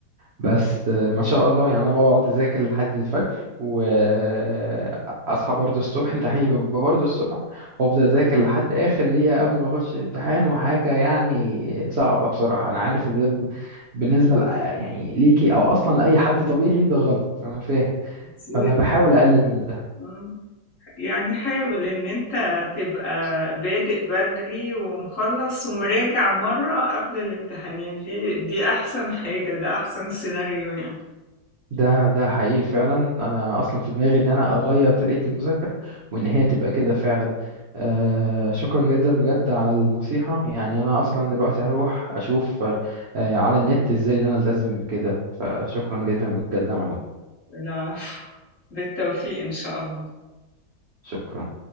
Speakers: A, on the right; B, on the left.
A: بس آه، ما شاء الله يعني انا بقعد اذاكر لحد الفجر واصحى برضه الصبح امتحاني بيبقى برضه الصبح وافضل اذاكر لحد اخر دقيقه قبل ما اخش الامتحان وحاجه يعني صعبه بصراحه انا عارف ان ده ب- بالنسبه لأ- يعني ليكي او اصلا لاي حد طبيعي ده غلط انا فاهم
B: كتير
A: فانا بحاول اقلل من ده
B: مم. يعني حاول إن أنت تبقى بادئ بدري ومخلص ومراجع مرة قبل الامتحان يعني دي دي أحسن حاجة ده أحسن سيناريو يعني
A: ده ده حقيقي فعلا انا اصلا في دماغي ان انا اغير طريقة المذاكرة وان هي تبقى كده فعلا آه شكرا جدا بجد على النصيحة يعني انا اصلا دلوقتي هروح اشوف آه على النت ازاي ان انا التزم بكده فشكرا جدا بجد يا معلوم
B: العفو بالتوفيق إن شاء الله
A: شكرا